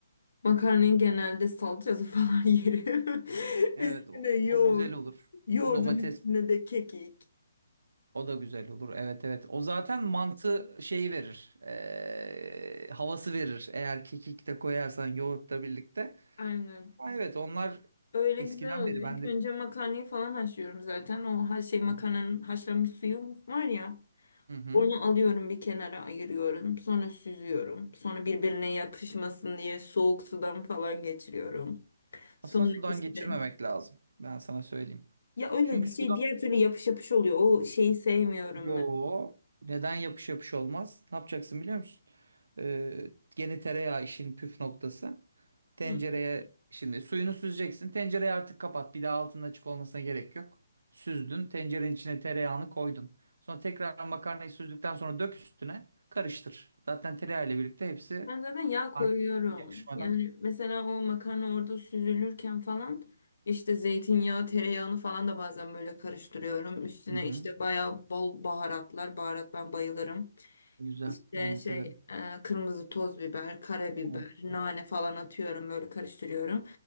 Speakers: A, on the left; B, on the right.
A: Makarnayı genelde salçalı falan <laughs> yerim.
B: Evet
A: Üstüne
B: o,
A: yoğurt.
B: o güzel olur.
A: Yoğurdun
B: Domates
A: üstüne de kekik.
B: o da güzel olur. Evet evet. O zaten mantı şeyi verir. Ee, havası verir. Eğer kekik de koyarsan yoğurtla birlikte.
A: Aynen.
B: Ha, evet onlar
A: Öyle
B: eskiden
A: güzel oluyor.
B: beri ben
A: İlk
B: de...
A: önce makarnayı falan haşlıyorum zaten. O her şey makarnanın
B: Hı hı.
A: haşlanmış suyu var ya.
B: Hı hı.
A: Onu alıyorum bir kenara ayırıyorum. Sonra süzüyorum. Sonra birbirine yapışmasın diye soğuk sudan falan geçiriyorum. Sonra
B: Aslında sudan
A: işte
B: geçirmemek lazım. Ben sana söyleyeyim.
A: ya öyle
B: Çünkü
A: şey
B: su
A: diğer türlü yapış yapış oluyor. O şeyi sevmiyorum
B: Yo.
A: ben.
B: Neden yapış yapış olmaz? Ne yapacaksın biliyor musun? Ee, gene tereyağı işin püf noktası. Tencereye
A: Hı.
B: şimdi suyunu süzeceksin. Tencereyi artık kapat. Bir daha altının açık olmasına gerek yok. Süzdün. Tencerenin içine tereyağını koydun. Sonra tekrar makarnayı süzdükten sonra dök üstüne. Karıştır. Zaten tereyağı ile birlikte hepsi
A: Ben zaten yağ koyuyorum.
B: artık yapışmadan.
A: Yani mesela o makarna orada süzülürken falan işte zeytinyağı, tereyağını falan da bazen böyle karıştırıyorum. Üstüne
B: Hı hı.
A: işte bayağı bol baharatlar. Baharat ben bayılırım.
B: Güzel.
A: İşte
B: Ben
A: şey
B: de severim.
A: e, kırmızı toz biber, karabiber,
B: Olabilir.
A: nane falan atıyorum böyle karıştırıyorum.